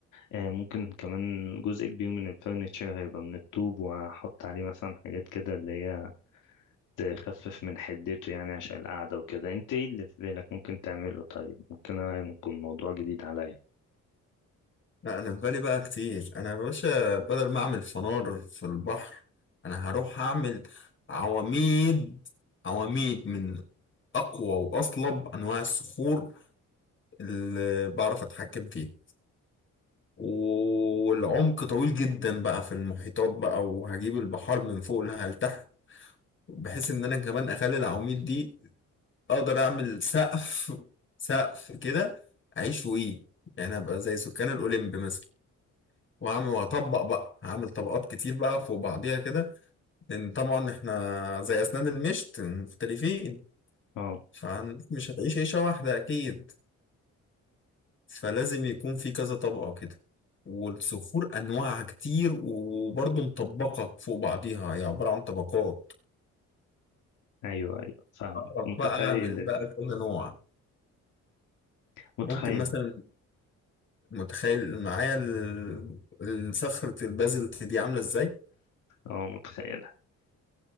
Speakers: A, on the left; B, on the left.
A: آه ممكن كمان جزء كبير من الفرنتشر هيبقى من الطوب وهحط عليه مثلا حاجات كده اللي هي تخفف من حدته يعني عشان القعده وكده انت ايه اللي في بالك ممكن تعمله طيب ممكن أنا- يكون موضوع جديد عليا
B: لا انا في بالي بقى كتير انا يا باشا بدل ما اعمل فنار في البحر انا هروح اعمل عواميد عواميد من اقوى واصلب انواع الصخور اللي بعرف اتحكم فيها والعمق طويل جدا بقى في المحيطات بقى وهجيب البحار من فوق لها لتحت بحيث ان انا كمان اخلي العواميد دي اقدر اعمل سقف سقف كده اعيش فوقيه يعني ابقى زي سكان الاوليمب مثلا واعمل واطبق بقى هعمل طبقات كتير بقى فوق بعضيها كده لان طبعا احنا زي اسنان المشط مختلفين
A: اه
B: فمش هتعيش عيشة واحدة اكيد فلازم يكون في كذا طبقة كده والصخور انواعها كتير وبرضه مطبقة فوق بعضيها هي عبارة عن طبقات
A: ايوه ايوه فاهمك
B: بعرف
A: متخيل
B: بقى اعمل بقى كل نوع
A: متخيل
B: ممكن مثلا متخيل معايا ال- الصخرة البازلت دي عاملة ازاي؟
A: اه متخيل